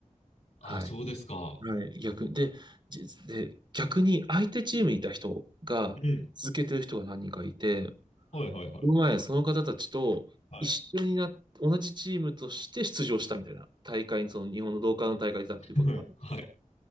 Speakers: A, on the left; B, on the right.
A: あ、
B: はい。
A: そうですか。
B: はい。逆、で、じで、逆に相手チームにいた人が続けてる人が何人かいて、
A: うん。はいはいはいはい。
B: この前、その方たちと一緒になっ、
A: はい。
B: 同じチームとして出場したみたいな大会に、その日本の同感の大会だっていうことがあるんですよ。
A: <laughs> はい。